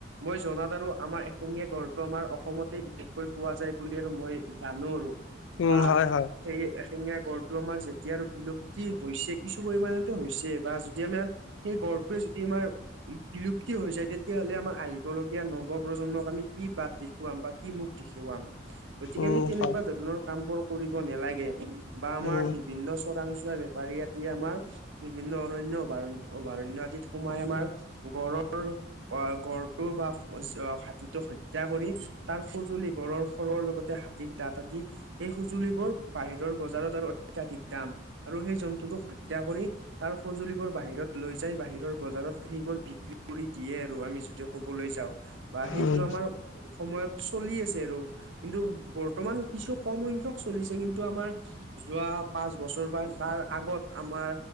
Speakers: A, on the right (about 80°); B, on the left (about 80°).
A: মই জনাত আৰু আমাৰ এশেঙীয়া গড়টো আমাৰ অসমতে বিশেষকৈ পোৱা যায় বুলি আৰু মই জানো আৰু
B: উম
A: বা
B: হয় হয়।
A: সেই এশেঙীয়া গড়টো আমাৰ যেতিয়া আৰু বিলুপ্ত যি হৈছে কিছু পৰিমানেটো হৈছে, বা যদি আমাৰ সেই গড়টোৱে যদি আমাৰ বিলুপ্তি হৈছে তেতিয়া হলে আমাৰ আহিব লগীয়া নব প্ৰজন্মক আমি কি বাট দেখুৱাম বা কি মুখ দেখুৱাম, গতিকে
B: উম
A: আমি তেনেকুৱা
B: হয়
A: ধৰণৰ কামবোৰ কৰিব নালাগে, বা আমাৰ
B: উম
A: বিভিন্ন চোৰাং চোৱা বেপাৰী আদি আমাৰ বিভিন্ন অৰণ্য অভয়াৰণ্য আদিত সোমাই আমাৰ গড়ৰ আহ, গড়টোৰ বা শস্য খাদ্য সেটো হত্যা কৰি, তাৰ সঁজুলি গড়ৰ হৰৰ লগতে হাতীৰ দাঁত আদি সেই সঁজুলিবোৰ বাহিৰৰ বজাৰত আৰু অত্যাধিক দাম, আৰু সেই জন্তুটোক হত্যা কৰি তাৰ সঁজুলিবোৰ বাহিৰত লৈ যাই, বাহিৰৰ বজাৰত সেইবোৰ বিক্ৰী কৰি দিয়ে আৰু আমি যদি ক'বলৈ যাওঁ, বা সেই
B: উম
A: সময়ত চলি আছে আৰু কিন্তু বৰ্তমান কিছু কম সংখ্যক চলিছে কিন্তু সেইটো আমাৰ যোৱা পাঁচ বছৰ বা তাৰ আগত আমাৰ